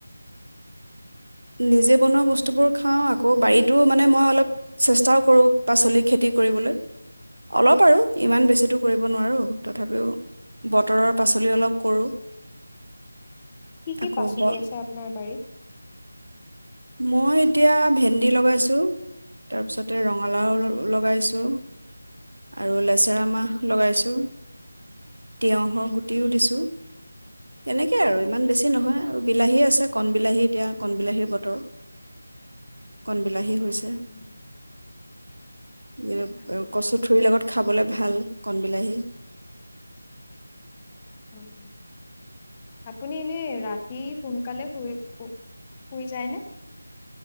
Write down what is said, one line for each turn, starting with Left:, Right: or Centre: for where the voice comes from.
Right: নিজে বনোৱা বস্তুবোৰ খাওঁ। আকৌ বাৰীতো মানে মই অলপ চেষ্টাও কৰোঁ, পাচলি খেতি কৰিবলৈ। অলপ আৰু ইমান বেছিটো কৰিব নোৱাৰোঁ, তথাপিও বতৰৰ পাচলি অলপ, কৰোঁ।
Left: কি কি
Right: আকৌ
Left: পাচলি
Right: ব
Left: আছে আপোনাৰ বাৰীত?
Right: মই এতিয়া ভেন্দি লগাইছোঁ। তাৰপিছতে ৰঙালাও ল-লগাইছোঁ আৰু লেচেৰামাহ লগাইছোঁ, তিয়হৰ গুটিও দিছোঁ। তেনেকেই আৰু ইমান বেছি নহয় আৰু বিলাহী আছে। কণ বিলাহী এতিয়া কণবলাহীৰ বতৰ, কণবিলাহী হৈছে।
Left: হয় হয়
Right: য়-য়
Left: ভালেই।
Right: কচু ঠুৰি লগত খাবলে ভাল, কণবলাহী।
Left: হয় নি? আপুনি এনেই ৰাতি সোনকালে শুই সু-শুই যায়নে?